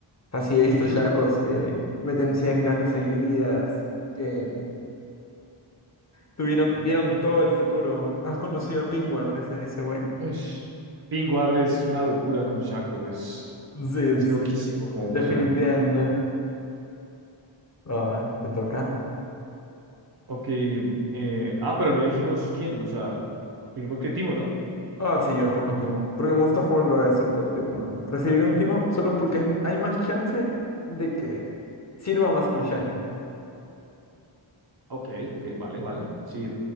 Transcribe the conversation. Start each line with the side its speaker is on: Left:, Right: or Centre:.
Left: Así he visto
Right: Yo,
Left: Shacos que meten 100 cajas seguidas, que tuvieron, vieron todo el futuro. ¿Has conocido a Pingward, ese, ese güey?
Right: es, Pingwar es una locura con Shaco, es,
Left: Sí,
Right: es
Left: sí,
Right: loquísimo cómo
Left: definitivamente.
Right: juega.
Left: Va, va, te toca.
Right: Ok, eh, ah, pero no elegimos quién, o sea, dijimos que Timo, ¿no?
Left: Ah, sí, yo escojo Timo. Porque me gusta jugarlo de soporte. Y bueno, preferiré un Timo solo porque es- hay más chance de que sirva más un Shaco.
Right: Ok, ok, vale, vale, sí,